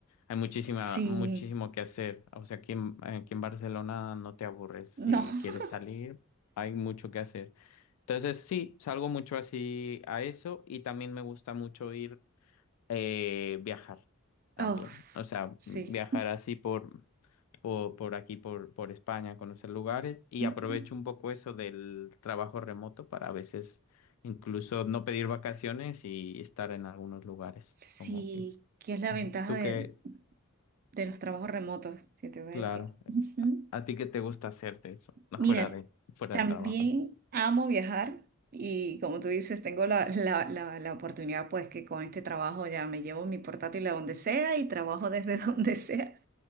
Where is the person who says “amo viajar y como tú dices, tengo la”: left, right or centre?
Right